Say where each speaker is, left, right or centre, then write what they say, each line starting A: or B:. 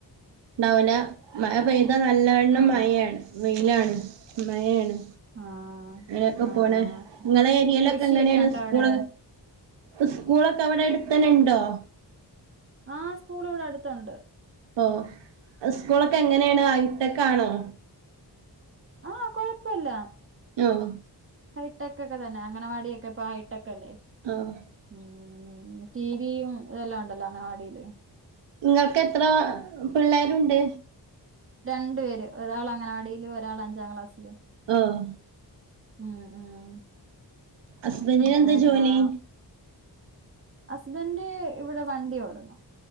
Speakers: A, on the right (about 80°); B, on the right (about 30°).
A: ഇണ്ടാവൂല്ലാ മഴ പെയ്താ നല്ലവണ്ണം
B: ആ
A: മയയാണ് വെയിലാണ് മയെയാണ്
B: ആ
A: അങ്ങനൊക്കെ
B: ആ
A: പോണ്
B: ആ
A: ഇങ്ങളെ ഏരിയേലൊക്കെ
B: കൃഷിയൊക്കെ
A: എങ്ങനെയാണ്
B: ഉണ്ടോ
A: സ്കൂള്
B: അവിടെ
A: ഉസ്കൂളൊക്കെ അവിടെ അടുത്തന്നെ ഉണ്ടോ
B: ആഹ് സ്കൂളിവിടെ അടുത്തൊണ്ട്
A: ആഹ് ഇസ്കൂളൊക്കെ എങ്ങനെയാണ് ഹൈട്ടെക്കാണോ
B: ആഹ് കൊഴപ്പയില്ലാ
A: ആഹ്
B: ഹൈട്ടെക്കെക്കെ തന്നെ അംഗനവാടിയൊക്കെ ഇപ്പൊ ഹൈട്ടെക്കല്ലേ.
A: ആഹ്.
B: ഉം ടീവീയും ഇതെല്ലാം ഒണ്ടല്ലോ അഗനവാടീല്.
A: ഇങ്ങക്കെത്ര പിള്ളേരുണ്ട്.
B: രണ്ട് പേര് ഒരാൾ അങ്ങനവാടീലും, ഒരാള് അഞ്ചാം ക്ലാസ്സിലും.
A: ആഹ്.
B: ഉം ഉം
A: ഹസ്ബൻഡിന്
B: വേറെന്താ.
A: എന്താ ജോലി
B: ഹസ്ബന്റ് ഇവിടെ വണ്ടിയോടുന്നു.